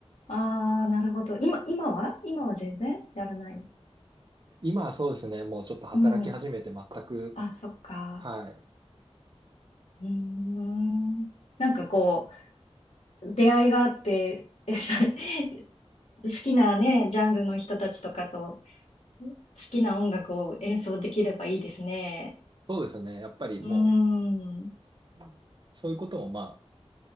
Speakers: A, on the left; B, on the right.
A: あ、ああ、なるほど。今、今は今は全然やらない。
B: 今はそうですね、もうちょっと働き始めて全く、
A: うん。あ、そっか。
B: はい。
A: うーん。なんかこう、出会いがあって、でそれ好きなね、ジャンルの人たちとかと、好きな音楽を演奏できればいいですね。
B: そうですね、やっぱりも
A: うーん。
B: う、そういうこともまあ、